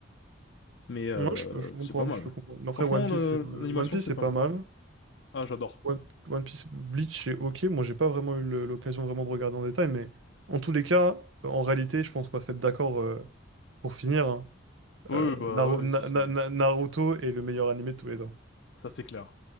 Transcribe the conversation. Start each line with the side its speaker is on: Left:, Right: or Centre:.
Left: Mais euh,
Right: Moi, je peux, je peux comprendre,
Left: c'est pas mal.
Right: je peux comprendre. Mais
Left: Franchement,
Right: Après, One Piece,
Left: le-
Right: c'est, euh,
Left: l'animation,
Right: One Piece,
Left: c'est
Right: c'est
Left: pas
Right: pas
Left: mal.
Right: mal.
Left: Ah, j'adore.
Right: One, One Piece, Bleach, c'est ok. Moi, j'ai pas vraiment eu le- l'occasion vraiment de regarder en détail, mais en tous les cas, en réalité, je pense qu'on va se mettre d'accord euh, pour finir. hein.
Left: Oui,
Right: euh,
Left: oui, bah
Right: Naru-
Left: oui,
Right: Na-
Left: ça c'est
Right: Na- Na- Naruto est le meilleur animé de tous les temps.
Left: ça c'est clair.